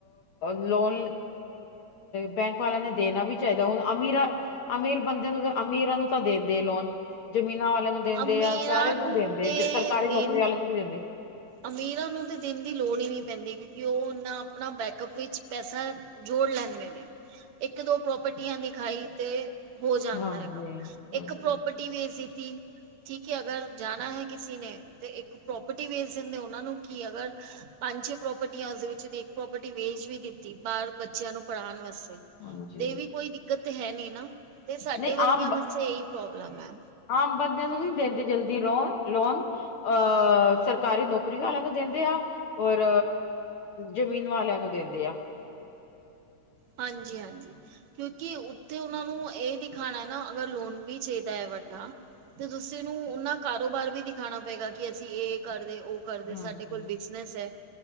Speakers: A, on the left; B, on the right.
A: ਲੋਨ ਬੈਂਕ ਵਾਲਾ ਨੇ ਦੇਣਾ ਵੀ। ਚਾਹੀਦਾ। ਹੁਣ ਅਮੀਰਾਂ -ਅਮੀਰ ਬੰਦਿਆਂ ਨੂੰ ਅਮੀਰਾਂ ਨੂੰ ਤਾਂ ਦਿੰਦੇ ਲੋਨ, ਜ਼ਮੀਨਾਂ ਵਾਲਿਆਂ ਨੂੰ ਦਿੰਦੇ
B: ਅਮੀਰਾਂ
A: ਆ। ਸਾਰੇ ਨੂੰ ਦਿੰਦੇ,
B: ਤੇ
A: ਸਰਕਾਰੀ
B: ਦੇਣ
A: ਨੌਕਰੀ ਵਾਲੇ ਨੂੰ ਵੀ ਦਿੰਦੇ।
B: ਅਮੀਰਾਂ ਨੂੰ ਤੇ ਦੇਣ ਦੀ ਲੋੜ ਹੀ ਨਹੀਂ ਪੈਂਦੀ। ਕਿਉਂਕਿ ਉਹ ਇਨਾ ਆਪਣਾ ਬੈਕ ਅਪ ਵਿੱਚ ਪੈਸਾ ਜੋੜ ਲੈਂਦੇ ਨੇ ਇੱਕ- ਦੋ ਪ੍ਰੋਪਰਟੀਆਂ ਦਿਖਾਈ ਤੇ। ਹੋ ਜਾਂਦਾ
A: ਹਾਂਜੀ
B: ਹੈ। ਕੰਮ
A: ਹਾਂਜੀ
B: ਇੱਕ ਪ੍ਰੋਪਰਟੀ ਵੇ ਠੀਕ ਅਗਰ ਜਣਾ ਹੈੇ। ਨੇ ਇੱਕ ਪ੍ਰੋਪਰਟੀ ਵੇਸ ਕਿ ਸ਼ਿੰਦੇ ਉਹਨਾਂ ਨੂੰ ਕੀ ਅਗਰ ਪੰਜ- ਛੇ ਪ੍ਰੋਰਟੀਆਂ, ਉਸਦੇ ਵਿੱਚ ਦੀ ਇੱਕ ਪ੍ਰੋਪਰਟੀ ਵੇਚ ਵੀ ਦਿੱਤੀ। ਬਾਹਰ ਬੱਚਿਆਂ ਨੂੰ ਪੜ੍ਹਾਉਣ ਵਾਸਤੇ
A: ਹਾਂਜੀ
B: ਤੇ ਵੀ ਕੋਈ ਦਿੱਕਤ ਹੈ ਨੀ ਨਾ, ਤੇ ਸਾਡੇ
A: ਨਹੀਂ
B: ਵਰਗਿਆਂ
A: ਆਮ
B: ਵਾਸਤੇ ਇਹੀ ਪ੍ਰੋਬਲਮ ਹੈ।
A: ਆਮ ਬੰਦਿਆਂ ਨੂੰ ਨਹੀਂ ਦਿੰਦੇ ਜਲਦੀ ਰੋਣ ਲੋਨ ਅਹ ਸਰਕਾਰੀ ਨੌਕਰੀ ਵਾਲਿਆਂ ਨੂੰ ਦਿੰਦੇ ਆ। ਔਰ ਜ਼ਮੀਨ ਵਾਲਿਆਂ ਨੂੰ ਦਿੰਦੇ ਆ
B: ਹਾਂਜੀ ਹਾਂਜੀ ਕਿਉਂਕਿ ਉੱਥੇ ਉਹਨਾਂ ਨੂੰ ਇਹ ਦਿਖਾਉਣਾ ਨਾ ਅਗਰ ਲੋਨ ਵੀ ਚਾਹੀਦਾ ਹੈ ਵੱਡਾ ਤੇ ਤੁਸੀਂ ਨੂੰ ਉਹਨਾ ਕਾਰੋਬਾਰ ਵੀ ਦਿਖਾਉਣਾ ਪਏਗਾ ਕਿ ਅਸੀਂ ਇਹ ਕਰਦੇ ਉਹ ਕਰਦੇ
A: ਹਾਂਜੀ
B: ਸਾਡੇ ਕੋਲ ਬਿਜਨਸ ਹੈ